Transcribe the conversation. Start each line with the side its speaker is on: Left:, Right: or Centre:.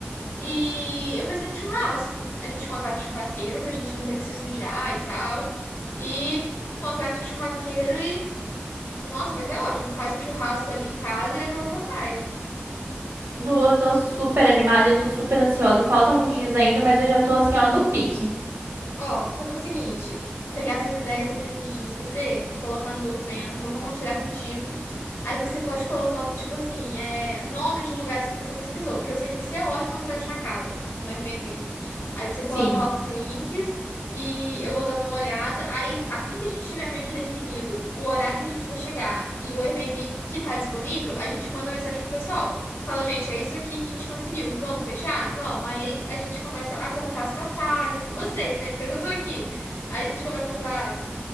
Left: E eu pensei no churrasco. A gente contrata o churrasqueiro pra gente não ter que se sujar e tal. E contrata o churrasqueiro e. Nossa, vai ser ótimo. Faz um churrasco ali em casa e depois vai pra praia.
Right: No, eu tô super animada, eu tô super ansiosa. Falta alguns dias ainda, mas eu já tô assim, ó, no pique.
Left: Ó, vamos fazer o seguinte: pegar essas ideias aqui pra gente não esquecer, colocar no documento, vou compartilhar contigo. Aí você pode ir colocando, tipo assim, é, nomes de lugares que você pesquisou, porque eu sei que você é ótima pra achar casa no Airbnb. Aí você coloca
Right: Sim.
Left: lá os links e eu vou dando uma olhada. Aí, assim que a gente tiver meio que definido o horário que a gente vai chegar e o Airbnb que tá disponível, a gente manda mensagem pro pessoal. Fala, gente, é isso aqui que a gente conseguiu. Vamos fechar? Vamos. Aí a gente começa a comprar as passagens. Vocês, né? Porque eu já tô aqui. Aí a gente começa a comprar